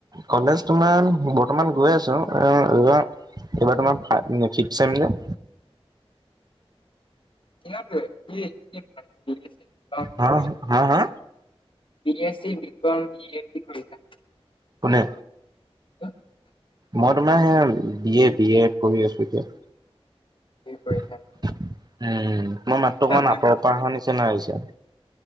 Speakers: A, on the right; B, on the left.
A: কলেজ তোমাৰ বৰ্তমান গৈ আছোঁ এইবাৰ তোমাৰ ফাইভ নে ফিপ চেম নে?
B: সিমান টোৱে বি <unintelligible> বি কম
A: হা
B: কি কৰিছা?
A: হা হা
B: B S C B com B A কি কৰিছা?
A: কোনে?
B: <unintelligible>
A: মই তোমাৰ এয়া বি এ-বি এ কৰি আছোঁ যে
B: কি কৰিছা
A: উম
B: ন?
A: তোমাৰ মাতটো অকমান
B: অ',
A: আঁতৰৰ পৰা অহা নিচিনা আহিছে।